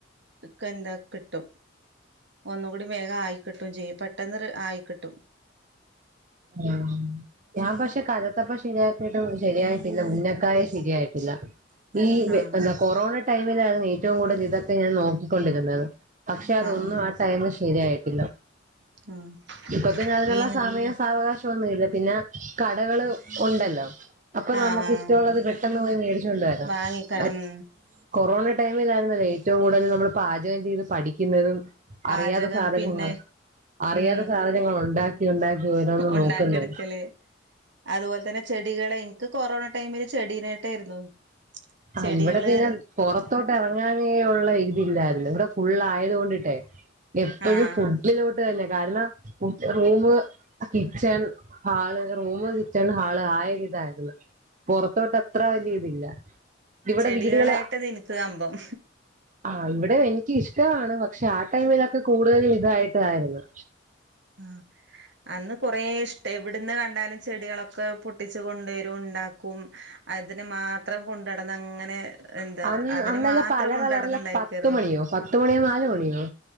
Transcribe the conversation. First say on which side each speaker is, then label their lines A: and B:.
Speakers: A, on the right; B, on the right.
A: ഇക്കെ എന്താ കിട്ടും ഒന്നുകൂടി വേഗം ആയി കിട്ടും ചെയ്യും പെട്ടെന്നൊര് ആയി കിട്ടും
B: ആഹ് ഞാൻ പക്ഷെ കലത്തപ്പം ശരിയാക്കിയിട്ട് ശരിയായിട്ടില്ല ഉന്നക്കായെ ശരിയായിട്ടില്ല ഈ
A: ആഹ്
B: എന്താ കൊറോണ ടൈമിലായിരുന്നു ഏറ്റവും കൂടുതൽ ഇതൊക്കെ ഞാൻ നോക്കിക്കൊണ്ടിരുന്നത് പക്ഷെ അതൊന്നും
A: ആഹ്
B: ആ ടൈമ് ശരിയായിട്ടില്ല
A: ആഹ്
B: ഇപ്പൊ പിന്നെ അതിനൊള്ള
A: ഈന്
B: സമയം സാവകാശൊന്നുല്ല പിന്നെ കടകള് ഉണ്ടല്ലോ അപ്പൊ
A: ആഹ്
B: നമുക്ക് ഇഷ്ടമുള്ളത് പെ ട്ടെന്ന് പോയി മേടിച്ചോണ്ട് വരാം
A: വാങ്ങിക്ക
B: മറ്റ്
A: ഉം
B: കൊറോണ ടൈമിലായിരുന്നല്ലേ ഏറ്റവും കൂടുതൽ നമ്മൾ പാചകം ചെയ്ത് പഠിക്കുന്നതും
A: പാചകം
B: അറിയാതെ സാധനങ്ങൾ
A: പിന്നെ
B: അറിയാതെ
A: ഉം
B: സാധനങ്ങൾ ഉണ്ടാക്കി ഉണ്ടാക്കി യ്യോ ഏതാണ്ന്ന്
A: ഉണ്ടാക്കിയെടുക്കല്
B: നോക്ക്‌ന്ന്
A: അതുപോലെ തന്നെ ചെടികളെ എനിക്ക് കൊറോണ ടൈമില് ചെടീനായിട്ടായിരുന്നു
B: ആ
A: ചെടികള്
B: ഇവിടെ പിന്നെ പുറത്തോട്ട് ഇറങ്ങാനേ ഉള്ള ഇതില്ലായിരുന്നു ഇവിടെ ഫുള്ള് ആയത്കൊണ്ടിട്ടേ എപ്പോഴും
A: ആഹ്
B: ഫുഡിലോട്ട് തന്നെ കാരണം room kitchen hall room kitchen hall ആയൊരിതാര്ന്ന് പൊറത്തോട്ട് അത്ര വല്ല്യ ഇതില്ല ഇവിടെ
A: ചെടികളായിട്ട്
B: വീടുകള്
A: നിനക്ക്‌ കമ്പം
B: ആഹ് ഇവിടെ എനിക്കും ഇഷ്ടവാണ് പക്ഷെ ആ ടൈമിലൊക്കെ കൂടുതലും ഇതായിട്ടായിരുന്നു
A: ആഹ് അന്ന് കൊറേ ഇഷ്ടവാ എവിടുന്ന് കണ്ടാലും ചെടികളൊക്കെ പൊട്ടിച്ച് കൊണ്ടുവരും ഉണ്ടാക്കും അതിനെ മാത്രം കൊണ്ടെ നടന്ന് അങ്ങനെ എന്താ
B: അന്ന്
A: അതിന്
B: അന്നെല്ലാം
A: മാത്രം
B: പല
A: കൊണ്ട്
B: കളറിലെ
A: നടന്ന്‌ ഉണ്ടായിക്കാരുന്നു
B: പത്ത് മണിയോ പത്ത് മണിയോ നാല് മണിയോ